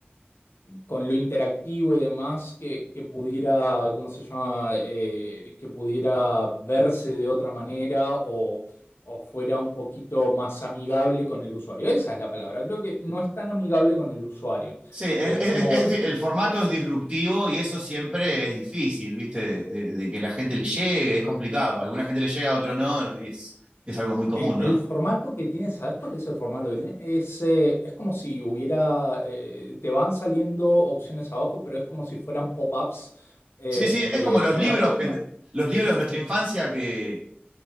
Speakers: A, on the left; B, on the right.
A: con lo interactivo y demás, que, que pudiera, ¿cómo se llama? Eh, que pudiera verse de otra manera o, o fuera un poquito más amigable con el usuario. Esa es la palabra. Creo que no es tan amigable con el usuario.
B: Sí, es,
A: Es
B: es-
A: como
B: es- es- el formato es disruptivo y eso siempre es difícil, ¿viste? De, de- de que la gente le llegue, es complicado. A alguna gente le llega, a otro no, y es, es algo muy común,
A: e-
B: ¿no?
A: el, formato que tiene, ¿sabes cuál es el formato que tiene? Es, eh, es como si hubiera, eh, te van saliendo opciones abajo, pero es como si fueran pop-ups. eh,
B: Sí, sí, es
A: de,
B: como los
A: de
B: libros,
A: una página
B: que, los libros de nuestra infancia que,